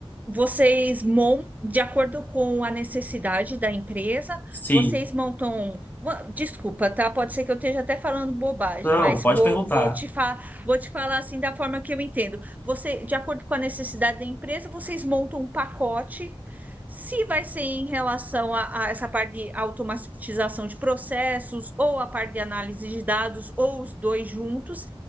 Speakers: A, on the right; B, on the left.
A: Vocês montam de acordo com a necessidade da empresa,
B: Sim.
A: vocês montam. Wa- Desculpa, tá? Pode ser que eu esteja até falando bobagem,
B: Não,
A: mas
B: pode
A: vou,
B: perguntar.
A: vou te fa... vou te falar assim da forma que eu entendo. Você, de acordo com a necessidade da empresa, vocês montam um pacote. Se vai ser em relação a, a essa parte de automatização de processos, ou a parte de análise de dados, ou os dois juntos,